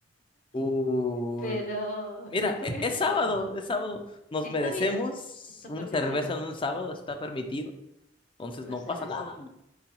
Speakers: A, on the left; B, on the left.
A: Uh,
B: Pero
A: mira,
B: <laughs> estuve
A: e- es,
B: tomando.
A: sábado, es sábado.
B: sí,
A: Nos
B: Está
A: merecemos
B: bien, está
A: una
B: permitido.
A: cerveza en un sábado, está permitido. Entonces
B: Una
A: no
B: cervecita.
A: pasa nada,